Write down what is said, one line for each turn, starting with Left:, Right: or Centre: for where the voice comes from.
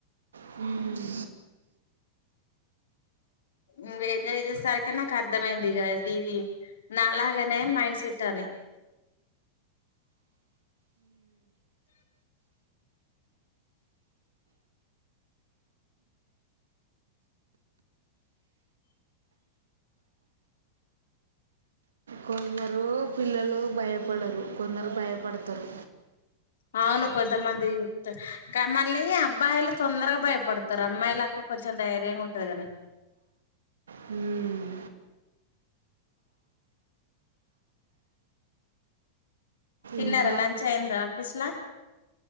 Right: హ్మ్
Left: ఇంగ ఎంజాయ్ చేసరికి నాకు అర్థమైంది ఇది నాలాగ నే మైండ్ సెట్ అని
Right: కొందరు పిల్లలు భయపడరు కొందరు భయపడతరు
Left: అవును కొంతమంది కా మళ్ళీ అబ్బాయిలు తొందరగా భయపడతరు అమ్మాయిలకు కొంచెం ధైర్యంగా ఉంటది కాని
Right: హ్మ్
Left: తిన్నారా
Right: ఇంకా
Left: లంచ్ అయిందా ఆఫీస్లా